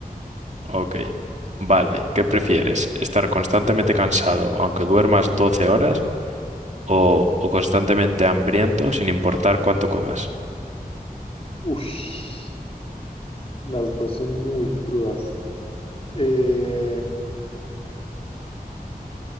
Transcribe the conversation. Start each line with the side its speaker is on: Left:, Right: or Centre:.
Right: Ok, vale. ¿Qué prefieres? ¿Estar constantemente cansado aunque duermas 12 horas o, o constantemente hambriento sin importar cuánto comas?
Left: Uf, las dos son muy crudas. Eh,